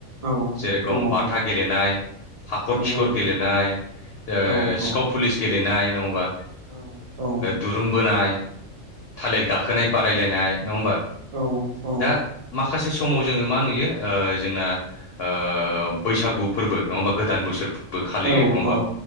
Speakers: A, on the right; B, on the left.
A: औ
B: जेरखम
A: दङ
B: बाथ
A: दङ
B: फथा गेलेनाय हाखर
A: नंगौ
B: खिखर
A: नोंथां
B: गेलेनाय ओ
A: औ
B: सिखाव
A: औ
B: पुलिस गेलेनाय। ओ नङा होमबा
A: औ औ
B: दुरुं बोनाय थालिर गाखोनाय बादायलायनाय। नङ होमबा
A: औ औ
B: दा माखासे समाव जोङो मा नुयो ओ जोंना ओ बैसागु फोरबो नङा गोदान बोसोरबो फालियो
A: औ
B: नङा होनबा?
A: औ